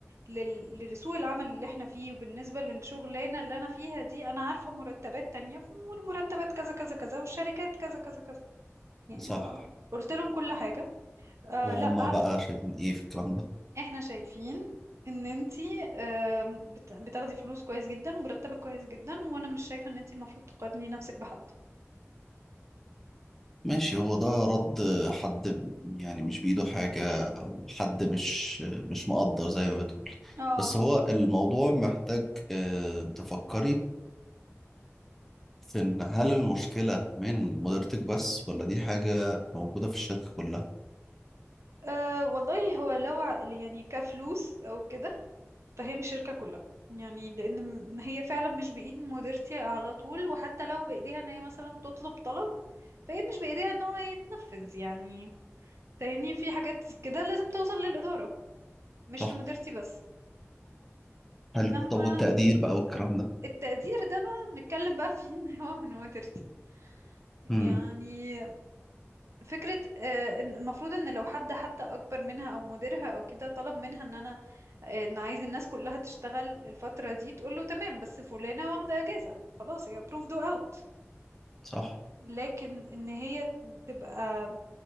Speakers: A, on the right; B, in the centre.
A: لل- لسوق العمل اللي احنا فيه وبالنسبة للشغلانة اللي انا فيها دي انا عارفة مرتبات تانية والمرتبات كذا كذا كذا والشركات كذا كذا كذا يعني
B: صح
A: آه، قلت لهم كل حاجة آه
B: وهم
A: لا
B: بقى شايفين ايه في الكلام ده
A: احنا شايفين ان انتي آم، بت- بتاخدي فلوس كويس جدا ومرتبك كويس جدا وانا مش شايفة ان انتي المفروض تقارني نفسك بحد
B: ماشي هو ده رد حد ب- يعني مش بإيده حاجة أو حد مش مش مقدر زي ما بتقول
A: اه
B: بس هو الموضوع محتاج آه، تفكري في إن هل المشكلة من مديرتك بس ولا دي حاجة موجودة في الشركة كلها
A: أه والله هو لو ع- يعني كفلوس او كده فهي مش شركة كلها يعني لان م- هي فعلا مش بايد مديرتي على طول وحتى لو بايديها ان هي مثلا تطلب طلب فهي مش بايديها ان هو يتنفذ يعني فاهمني في حاجات كده لازم توصل للإدارة مش
B: صح
A: لمديرتي بس
B: حلو
A: انما
B: طب والتقدير بقى والكلام ده
A: التقدير ده بقى نتكلم بقى فيه ان هو من مديرتي يعني
B: امم
A: فكرة آه، إن المفروض ان لو حد حتى اكبر منها او مديرها او كده طلب منها ان انا آه، ان عايز الناس كلها تشتغل الفترة دي تقول له تمام بس فلانة واخدة اجازة خلاص هي approved و out
B: صح
A: لكن ان هي تبقى